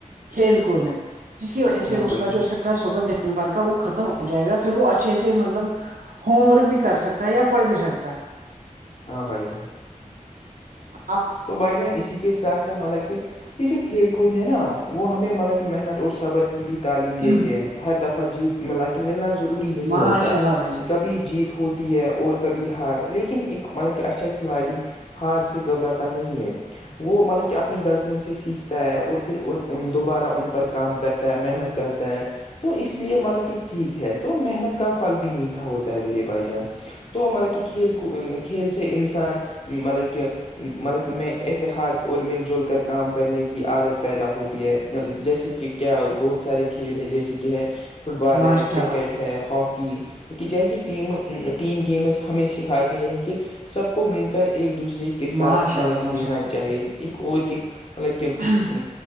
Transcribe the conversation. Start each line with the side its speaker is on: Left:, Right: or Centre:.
Right: کھیل کود میں جس کی وجہ
Left: ہاں
Right: سے اس
Left: بھائی
Right: کا
Left: جان
Right: جو ہوگا د بھر کا وہ ختم ہو جائے گا پھر وہ اچھے سے مطلب ہوم ورک بھی کر سکتا ہے یا پڑھ بھی سکتا ہے
Left: ہاں بائی جان
Right: ہ
Left: توو بائی جان اسی کےے ساتھ ساتھ مطلب کہ یہ جو کھیل کود ہے نا وہ ہمیں مطلب کہ محنت اور صبر کی بھی تعلیم
Right: جان
Left: دیتے ہیں ہر دفعہ جیت ملا کے ملنا ضروری نہیں
Right: ماشاء
Left: ہوتا
Right: اللہ بھائی جان
Left: کبھی جیت ہوتی ہے اور کبھی ہار لیکن ایک مطلب کہ اچھا کھلاڑی ہار سے گھبراتا نہیں ہے وہ مطلب کہ اپنی غلطیوں سے سیکھ ہے اور پھر دوبارہ ان پر کام کرتا ہے محنت کرتا ہے تو اس لیے مطلب کہ ٹھیک ہے تو محنت کا پھل بھی میٹھا ہوتا ہے اویلیبل پائ جان تو مطلب کہ کھیل کود کھیل سے انسان مطلب کہ مطلب میں اتحاد اور مل جل کر کام کرنے کی عادت پیدا ہوتی ہے جیسے کہ کیا بہت سارے کھیل ہیں جیسے کہ ہے فٹ بال
Right: ماشاء
Left: ہے کرکٹ
Right: اللہ
Left: ہے ہاکی مط جیسی ٹیم ٹیم گیمز ہمیں سکھاتے ہیں کہ سب کو مل کر ایک دوسرے کے ساتھ
Right: ماشاء
Left: مطلب
Right: اللہ
Left: کہ دینا
Right: ماشاء اللہ
Left: چاہی
Right: بھائی
Left: ایک اور ایک مطلب کہ ا
Right: جان